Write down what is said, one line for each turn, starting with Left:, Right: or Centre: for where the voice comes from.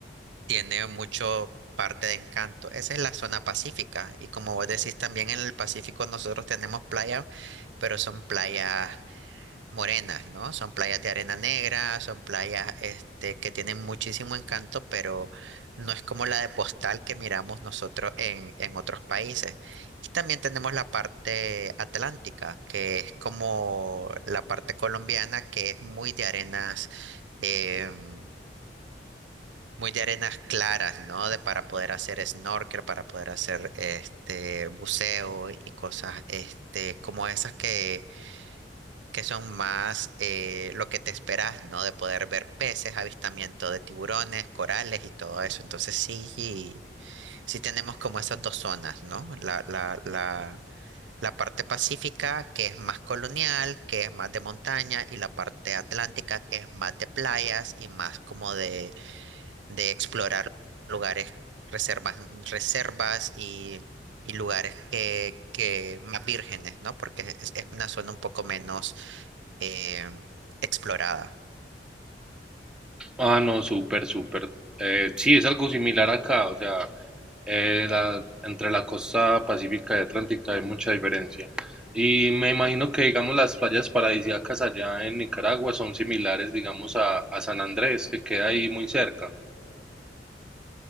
Right: tiene mucho parte de encanto. Esa es la zona pacífica. Y como vos decís, también en el Pacífico nosotros tenemos playas, pero son playas morenas, ¿no? Son playas de arena negra, son playas este, que tienen muchísimo encanto, pero no es como la de Postal que miramos nosotros en, en otros países. Y también tenemos la parte atlántica, que es como la parte colombiana, que es muy de arenas, em, muy de arenas claras, ¿no? De para poder hacer snorkel, para poder hacer este buceo y cosas este, como esas que que son más eh, lo que te esperas, ¿no? De poder ver peces, avistamiento de tiburones, corales y todo eso. Entonces sí, y- sí tenemos como esas dos zonas, ¿no? La, la, la, la parte pacífica, que es más colonial, que es más de montaña, y la parte atlántica, que es más de playas y más como de, de explorar lugares, reservas, reservas y... y lugares que, que más vírgenes, ¿no? Porque es es una zona un poco menos eh, explorada.
Centre: Ah, no, súper, súper. Eh, sí, es algo similar acá, o sea, eh, la- entre la costa pacífica y atlántica hay mucha diferencia. Y me imagino que, digamos, las playas paradisíacas allá en Nicaragua son similares, digamos, a, a San Andrés, que queda ahí muy cerca.